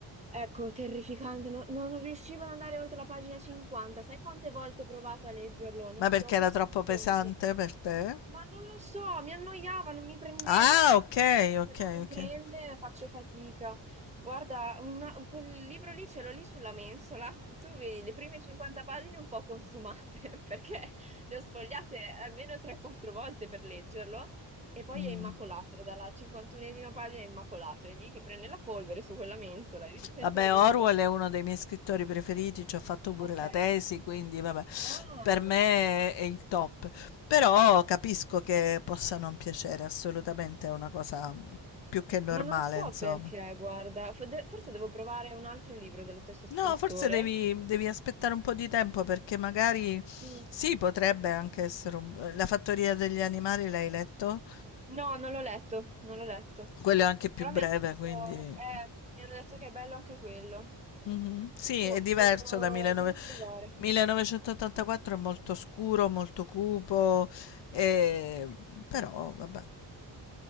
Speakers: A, on the right (about 15°); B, on the left (about 75°).
A: ecco, terrificante, no- no- non riuscivo ad andare oltre la pagina 50. Sai quante volte ho provato a leggerlo? Non-
B: Ma perché
A: ho perso
B: era troppo
A: il conto.
B: pesante per te?
A: Ma non lo so, mi annoiava, non mi prendeva.
B: Ah,
A: E a me
B: okay,
A: se un libro
B: okay,
A: se non mi
B: okay.
A: prende faccio fatica. Guarda, una- quel libro lì ce l'ho lì sulla mensola. Tu vedi le prime 50 pagine un po' consumate <laughs> perché le ho sfogliate almeno 3-4 volte per leggerlo e poi
B: Mh.
A: è immacolato, dalla 51esima pagina è immacolato, è lì che prende la polvere su quella mensola e rim- penso
B: Vabbè,
A: che rimarrà
B: Orwell
A: lì.
B: è uno dei miei scrittori preferiti, ci ho fatto pure
A: Ok.
B: la tesi, quindi vabbè,
A: Ah.
B: per me è il top. Però capisco che possa non piacere, assolutamente è una cosa, mhmm, più che normale,
A: Ma non so
B: insomma.
A: perché, guarda, Fo- de- forse devo provare un altro libro dello stesso scrittore.
B: No, forse devi, devi aspettare un po' di tempo perché magari sì,
A: Mm.
B: potrebbe anche essere un- eh, La fattoria degli animali l'hai letto?
A: No, non l'ho letto, non l'ho letto.
B: Quello è anche più
A: Però
B: breve,
A: mi hanno
B: quindi
A: detto, eh, mi hanno detto che è bello anche quello.
B: Mhm. Sì, è
A: Boh,
B: diverso
A: devo,
B: da 1900
A: devo provare.
B: 1984 è molto scuro, molto cupo, e- però vabbè,